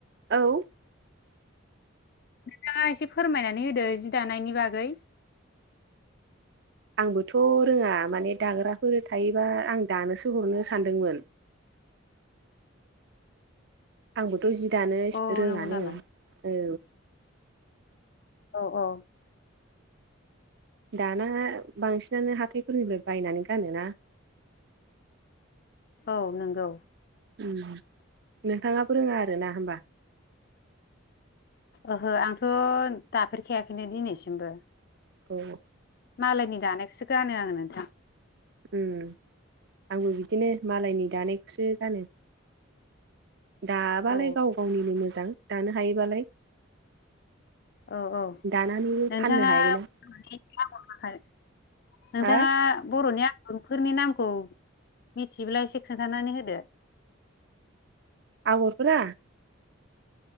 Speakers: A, on the right (about 55°); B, on the left (about 50°).
A: औ
B: नोंथाङा एसे फोरमायनानै होदो जि दानायनि बागै
A: आंबोथ' रोङा माने दाग्राफोर थायोबा आं दानोसो हरनो सानदोंमोन आंबोथ' जि दानो
B: अ
A: रोङानो
B: नंगौ नामा
A: औ।
B: औ औ।
A: दाना बांसिनानो हाथाइफोरनिफ्राय बायनानै गानोना।
B: औ नंगौ।
A: उम नोंथाङाबो रोङा आरो ना होमबा।
B: ओहो आंथ' दाफेरखायाखैनो दिनैसिमबो
A: औ
B: मालायनि दानायखौसो गानो आङो नोंथां
A: उम आंबो बिदिनो मालायनि दानायखौसो गानो। दाबालाय
B: औ
A: गाव गावनिनो मोजां दानो हायोबालाय
B: औ औ
A: दानानैबो
B: नोंथाङा
A: फाननो हायोना
B: आगर आखाइ नोंथाङा
A: हा
B: बर'नि आगुफोरनि नामखौ मिथिब्ला एसे खोन्थानानै होदो
A: आगरफोरा